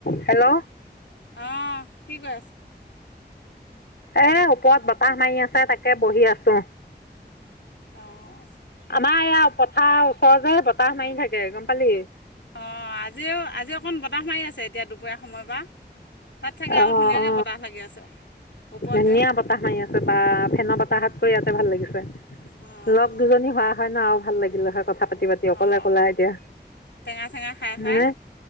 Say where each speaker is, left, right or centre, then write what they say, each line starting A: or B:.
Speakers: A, on the left; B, on the left.
A: Hello.
B: অ'! কি কৰি আছ?
A: এ, ওপৰত বতাহ মাৰি আছে, তাকে বহি আছোঁ।
B: অঁ
A: আমাৰ এইয়া, পথাৰৰ ওচৰ যে, বতাহ মাৰি থাকে। গম পালি?
B: অ'! আজিও, আজি অকণ বতাহ মাৰি আছে, এতিয়া দুপৰীয়া সময়ৰ পৰা। তাত, চাগে
A: অ
B: আৰু ধুনীয়াকে
A: অ
B: বতাহ লাগি আছে! ওপৰত
A: ধুনীয়া
B: যে
A: বতাহ মাৰি আছে বা! ফেন বতাহতকৈ ইয়াতে ভাল লাগি ছে।
B: অঁ
A: লগ দুজনী হোৱা হয় ন'! আৰু ভাল লাগিলে হয় কথা পাতি-পাতি, অকলে-অকলে
B: অঁ
A: এতিয়া।
B: টেঙা চেঙা খাই খাই
A: হয়নে?